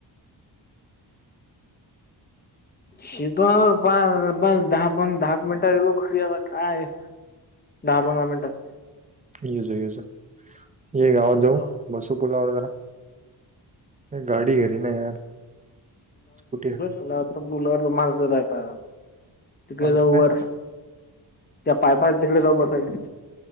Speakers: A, on the left; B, on the right.
A: शेतो प बस दहा प दहा मिनिटा व गो घरी आला काय दहा पंधरा मिनटात
B: यज यज य गावात जाऊ
A: दो-
B: बसुपुला वगरा गाडी घेरी ना य स्कुटी
A: तुला तर मुलावर माजर आहे का तिकडे
B: माणसं
A: जाऊ
B: नाही
A: वर
B: आता
A: त्या पायपा तिकडे जाऊ बसायला